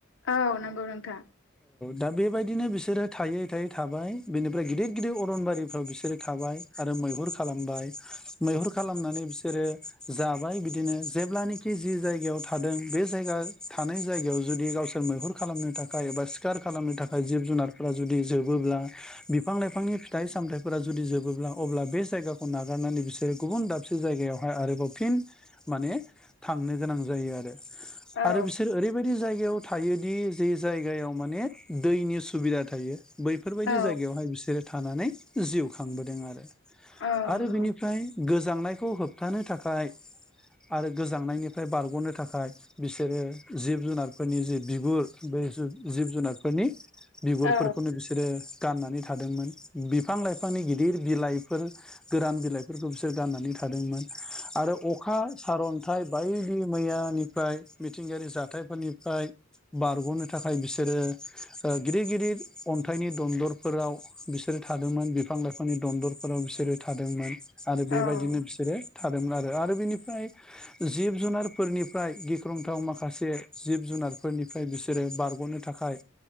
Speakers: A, on the left; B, in the centre.
A: औ नंगौ नोंथाङ।
B: दा बेबायदिनो बिसोरो थायै थायै थाबाय बेनिफ्राय गिदिर गिदिर अरनबारिफ्राव बिसोरो थाबाय आरो। मैहुर खालामबाय मैहुर खालामनानै बिसोरो जाबाय बिदिनो जेब्लनेखि जि जायगायाव थादों बे जायगा थानाय जायगायाव जुदि गावसोर मैहुर खालामनो थाखाय एबा सिखार खालामनो थाखाय जिब जुनारफोरा जुदि जोबो ब्ला बिफां लाइफांनि फिथाइ सामथायफोरा जुदि जोबोब्ला अब्ला बे जायगाखौ नागारनानै बिसोरो गुबुन दाबसे जायगायावहाय आरोबाव फिन माने थांनो गोनां जायो
A: औ
B: आरो बिस ओरै बायदि जायगायाव थायोदि जे जायगायाव माने दैनि सुबिदा थायो। बैफोरबायदि
A: औ
B: जायगायावहाय बिसोरो थानानै जिउ खांबोदों आरो।
A: औ
B: आरो
A: नंगौ
B: बिनिफ्राय गोज। गोजांनायखौ होबथानो थाखाय आरो गोजांनायनिफ्राय बारगनो थाखाय बिसोरो जिब जुनारफोरनि जि बिगुर बे जिब जुनारफोरनि बिगुरफोरखौनो
A: औ
B: बिसोरो। गाननानै थादोंमोन बिफां लाइफांनि गिदिर बिलाइफोर गोरान बिलाइफोरखौ बिसोर गाननानै थादोंमोन। आरो अखा सारन्थाइ बायदि मैयानिफ्राय मिथिंगायारि जाथायफोरनिफ्राय बारगनो थाखाय बिसोरो गिदिर गिदिर अन्थाइनि दन्दरफोराव बिसोरो थादोंमोन बिफां लाइफांनि दन्दरफोराव बिसोरो थादोंमोन आरो
A: औ
B: बेबायदिनो बिसोरो थादोंमोन आरो। आरो बिनिफ्राय जिब जुनारफोरनिफ्राय गिख्रंथाव माखा खासे जिब जुनारफोरनिफ्राय बिसोरो बारगनो थाखाय